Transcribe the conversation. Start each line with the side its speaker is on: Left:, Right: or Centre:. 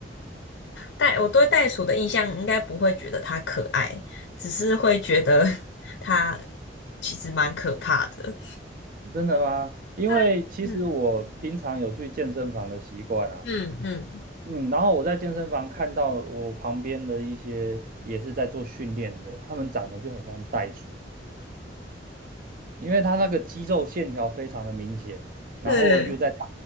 Left: 袋我对袋鼠的印象应该不会觉得它可爱，只是会觉得 <laughs> 它其实蛮可怕的。
Right: 真的吗？因为其实我平常有去健身房的习惯啊，
Left: 对，嗯嗯嗯。
Right: 嗯，然后我在健身房看到我旁边的一些也是在做训练的，他们长得就很像袋鼠，因为他那个肌肉线条非常的明显，然后又在打
Left: 对，